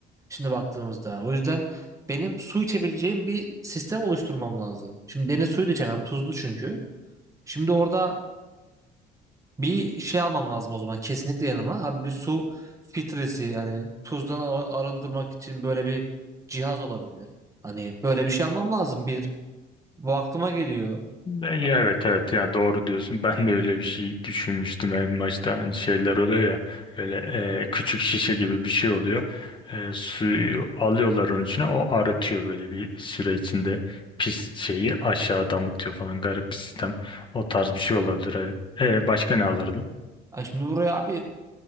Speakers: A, on the right; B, on the left.
A: Şimdi baktığımızda. O yüzden benim su içebileceğim bir sistem oluşturmam lazım. Şimdi deniz suyu da içemem. Tuzlu çünkü. Şimdi orada bir şey almam lazım o zaman. Kesinlikle yanıma. Abi bir su filtresi yani tuzdan ar- arındırmak için böyle bir cihaz olabilir. Hani böyle bir şey almam lazım bir. Bu aklıma geliyor.
B: Ben, ya
A: Ha-
B: evet evet yani doğru diyorsun. Ben de öyle bir şey düşünmüştüm en başta. Hani şeyler oluyor ya böyle e, küçük şişe gibi bir şey oluyor. E, suyu alıyorlar onun içine o arıtıyor böyle bir süre içinde. Pis şeyi aşağı damıtıyor falan garip bir sistem. O tarz bir şey olabilir evet. E, başka ne alırdın?
A: Ay şimdi buraya abi